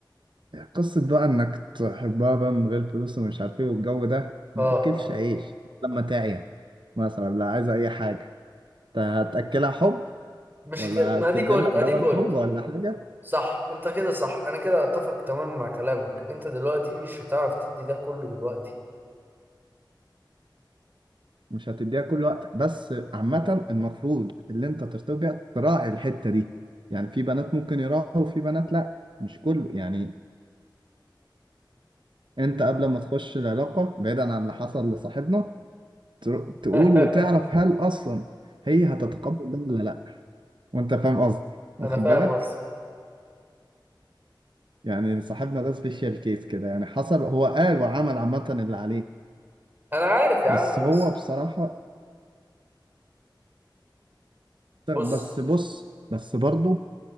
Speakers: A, on the right; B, on the right.
A: قصه بقى انك تحبها بقى من غير فلوس ومش عارف ايه والجو ده ما
B: اه
A: ياكلش عيش لما تعيا مثلا لا عايزه اي حاجه انت هتاكلها حب
B: مش
A: ولا
B: كده ما
A: هتدي
B: اديك قلت
A: لها دواء
B: اديك قلت
A: الحب ولا حاجه
B: صح انت كده صح انا كده اتفق تماما مع كلامك انت دلوقتي مش هتعرف تدي ده كله دلوقتي
A: مش هتديها كل وقتك بس عامه المفروض اللي انت ترتبط بيها تراعي الحته دي يعني في بنات ممكن يراعوا وفي بنات لا مش كله يعني انت قبل ما تخش العلاقه بعيدا عن اللي حصل لصاحبنا تر- تقول
B: <laughs>
A: وتعرف هل اصلا هي هتتقبل ده ولا لا وانت فاهم قصدي واخد
B: انا فاهم
A: بالك
B: قصدي
A: يعني صاحبنا ده سبيشال كيس كده يعني حصل هو قال وعمل عامة اللي عليه
B: انا عارف يا
A: بس
B: عم
A: هو
B: بس
A: بصراحة
B: بص
A: بس بص بس برضو